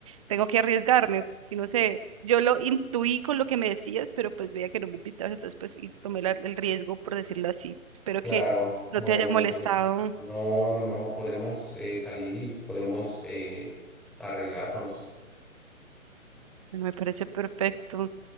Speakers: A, on the right; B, in the centre.
A: tengo que arriesgarme, y no sé, yo lo intuí con lo que me decías, pero pues veía que no me invitabas, entonces pues y tomé la- el riesgo, por decirlo así. Espero
B: Claro,
A: que no
B: bueno,
A: te haya molestado,
B: entonces, no, no, no, podemos eh, salir y podemos eh, arreglarnos.
A: me parece perfecto.